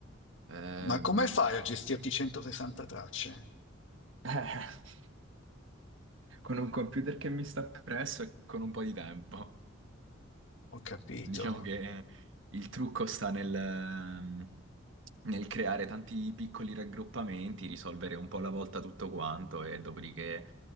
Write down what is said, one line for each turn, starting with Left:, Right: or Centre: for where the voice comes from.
Right: Eh,
Left: Ma come fai a gestirti 160 tracce?
Right: <laughs> con un computer che mi sta presso e con un po' di tempo.
Left: Ho capito.
Right: Diciamo che il trucco sta nel, ehm, nel creare tanti piccoli raggruppamenti, risolvere un po' alla volta tutto quanto e dopodiché